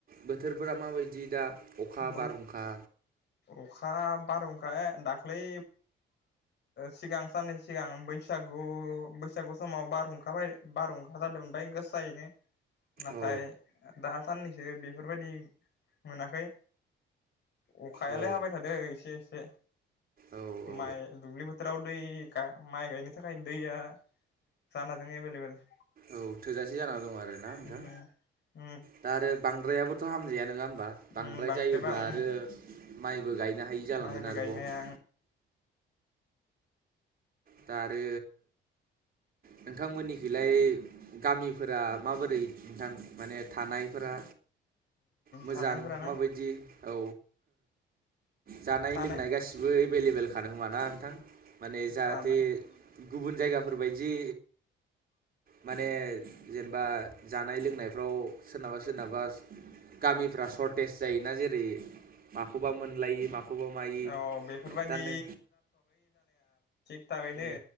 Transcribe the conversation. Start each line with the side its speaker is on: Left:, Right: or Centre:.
Right: बोथोरफोरा माबायदि दा? अखा
Left: बो
Right: बारहुंखा
Left: अखा बारहुंखा दाख्लै सिगां साननै सिगां बैसागु बैसागु समाव बारहुंखा बाय बारहुंखा जादोंमोनफ्राय गोसायैनो। नाथाय
Right: औ
Left: दासाननैसो बे फोरबायदि मोनाखै। अखायालाय
Right: औ
Left: हाबाय थादो एसे एसे
Right: औ औ
Left: माइ बोथोराव दै माइ गायनो थाखाय दैया जानाजों एभेलेबेल।
Right: औ थोजासे जानानानै दं आरोना नोंथां?
Left: उम उम
Right: दा आरो बांद्रायाबोथ' हामजाया नोङा होम बा?
Left: उम
Right: बांद्राय
Left: बांद्रायबा
Right: जायोब्ला
Left: उम
Right: आरो माइबो गायनो हायि जालांगोन
Left: माइबो गायनाया
Right: आरोबाव दा आरो नोंथांमोननिखैलाय गामिफोरा माबोरै नोंथां माने थानायफोरा मोजां
Left: थानायफोर
Right: माबायदि
Left: ना?
Right: औ जानाय
Left: थानाय
Right: लोंनाय गासिबो एभेलेबलखा नोमा ना? नोंथां माने जा
Left: जानाय
Right: बे गुबुन जायगाफोरबायादि माने जेनेबा जानाय लोंनायफ्राव सोरनाबा सोरनाबा गामिफ्रा सर्टेज जायोना जेन माखौबा मोनल माखौबा मायो
Left: औ बेफोरबायदि
Right: दा नों
Left: थाखयैनो
Right: उम